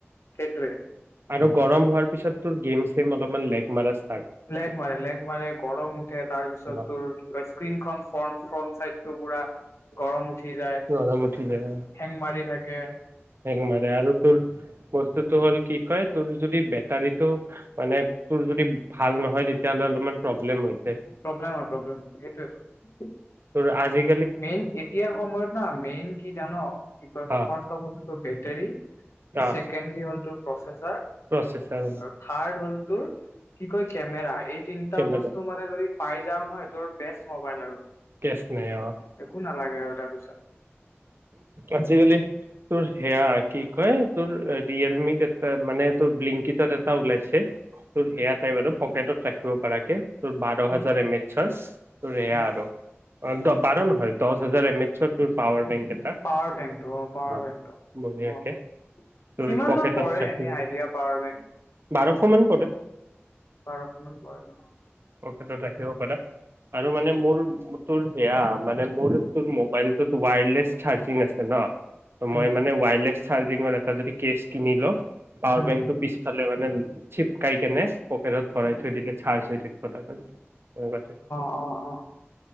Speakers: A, on the left; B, on the right.
A: সেইটোৱে।
B: আৰু গৰম হোৱাৰ পিছত তোৰ গম চম অলপ লেক মাৰে আ
A: লেগ মাৰে লেক মাৰে গৰম উঠে তাৰপিছত
B: অ
A: চতোৰ তই স্কিন খন ফন্ত চাই টো পুৰা গৰম হয় উঠি যায়
B: গৰম উঠি যায়
A: হেং মাৰি থাকে
B: হেং মাৰে আৰু তোৰ বস্তু তু হ'ল কি কয় তুমি যদি বেতাৰিটো মানে তুৰ যদি ভাল নহয় তেতিয়া হ'লে অলপ মান প্ৰব্লেম হয়ছে
A: প্ৰব্লেম হয়, প্ৰব্লেম হয় সেইটোৱেটো।
B: তোৰ আজি
A: মেইন এতিয়াৰ সময়ত না মেইন কি জান কি কয়
B: অ
A: ফাৰ্ষ্ট অফ অলটো বেটৰী
B: অ
A: ছেকেণ্ডলি হ'লটো প্ৰচেছ ছাৰ
B: প্ৰচেছাৰ
A: আৰু থাৰ্ড হ'ল তোৰ কি কয় কেমেৰা এই তিনিটা
B: কেমেৰা
A: বস্তু মানে যদি পায় যাওঁ নহয় তোৰ বেষ্ট ম'বাইল আৰু
B: কেচ নাই অ
A: একো নালাগে আৰু তাৰপিছত
B: আজিকালি তোৰ সেয়া কি কয় তোৰ এ ৰিয়েলমি এটাত মানে তোৰ ব্লিনকিত ত টা উলাইছে তোৰ সেইয়া
A: উম
B: টাইপ আৰু পকেটত ৰাখিব পাৰাকে তোৰ বাৰ হাজাৰ
A: উম
B: এম এচ চৰ তোৰ এয়া
A: উম
B: আৰু অ', দ, বাৰ নহয় দচ হেজাৰ এম এ চন‌ তোৰ পাৱাৰ বেংক ধুনিয়াকে।
A: পাৱাৰ বেংকটো অ পাৱাৰ বেংকটো অ
B: তোৰ
A: কিমান
B: পকেটত
A: মান পৰে
B: ৰাখিব,
A: এনে আইডিয়া পাৱাৰ বেংক
B: বাৰশ মান পৰে।
A: বাৰশ মান পৰে ন
B: পকেটত ৰাখিব পাৰা। আৰু মানে মোৰ তোৰ সেয়া মানে মোৰ তোৰ মোবাইলটোত ৱায়লেছ চাৰ্জিং আছে ন। ত'
A: উম
B: মই মানে ৱায়াৰলেছ চাৰ্জিঙৰ এটা যদি কেচ কিনি লওঁ পাৱাৰ
A: উম
B: বেংকটো পিছফালে মানে চিপকাই কেনে পকেটত ভৰাই
A: উম
B: থৈ দিলে চাৰ্জ হৈ থাকব <unintelligible>
A: অ, অ, অ।